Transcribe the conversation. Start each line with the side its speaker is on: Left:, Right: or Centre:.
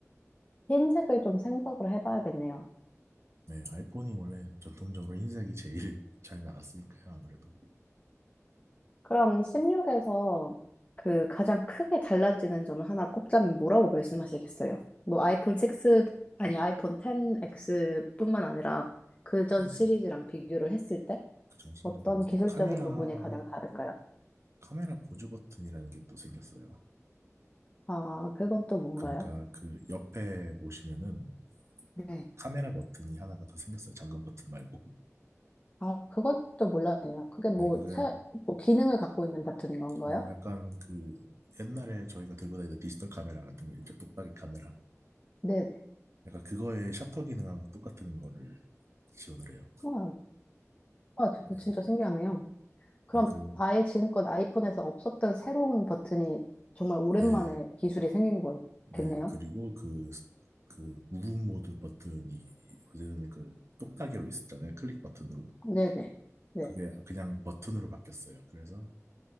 Left: 흰색을 좀 생각을 해봐야겠네요.
Right: 네 아이폰이 원래 전통적으로 흰색이 제일 <laughs> 잘 나갔으니까요 아무래도
Left: 그럼 16에서 그 가장 크게 달라지는 점 하나 꼽자면 뭐라고 말씀하시겠어요? 뭐 아이폰 6, 아니 아이폰 10X뿐만 아니라 그전
Right: 네네
Left: 시리즈랑 비교를 했을 때
Right: 그 전신적인
Left: 어떤
Right: 요소
Left: 기술적인
Right: 카메라
Left: 부분이 가장 다를까요?
Right: 카메라 보조 버튼이라는 게 또 생겼어요
Left: 아, 그건 또 뭔가요?
Right: 그러니까 그 옆에 보시면은
Left: 네.
Right: 카메라 버튼이 하나가 더 생겼어요. 잠금 버튼 말고. <laughs>
Left: 아, 그건 또 몰랐네요. 그게 뭐,
Right: 네, 그게
Left: 새, 뭐 기능을 갖고 있는 버튼인 건가요?
Right: 어 약간 그 옛날에 저희가 들고 다니던 디지털 카메라 같은 거 있죠. 똑딱이 카메라.
Left: 네네.
Right: 약간 그거의 셔터 기능하고 똑같은 거를 지원을 해요.
Left: 와, 아, 저거
Right: 네,
Left: 진짜 신기하네요. 그럼
Right: 네, 그리고
Left: 아예 지금껏 아이폰에서 없었던 새로운 버튼이 정말 오랜만에
Right: 네,
Left: 기술이 생긴 거겠네요.
Right: 네 그리고 그 그 무분 모드 버튼이 어제는 그 똑딱이로 있었잖아요. 클릭 버튼으로.
Left: 네네. 네.
Right: 그게 그냥 버튼으로 바뀌었어요. 그래서